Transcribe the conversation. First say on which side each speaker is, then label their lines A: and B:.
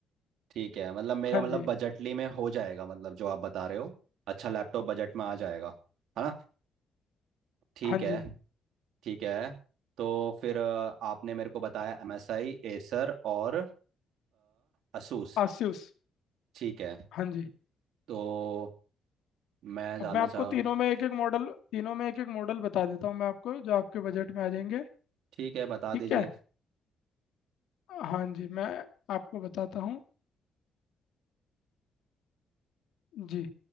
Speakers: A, on the right; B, on the left.
A: ठीक है मतलब मेरा
B: हाँ
A: मतलब
B: जी
A: बजटली में हो जाएगा मतलब जो आप बता रहे हो अच्छा लैपटॉप बजट में आ जाएगा है ना ठीक
B: हाँ
A: है
B: जी
A: ठीक है तो फिर अ, आपने मेरे को बताया एम एस आई एसर और असूस
B: आसूस
A: ठीक है
B: हाँ जी
A: तो मैं जाना
B: अब मैं आपको
A: चाह
B: तीनों में एक एक मॉडल तीनों में एक एक मॉडल बता देता हूँ मैं आपको जो आपके बजट में आ जाएंगे
A: ठीक है बता
B: ठीक
A: दीजिए
B: है हाँ जी मैं आपको बताता हूँ जी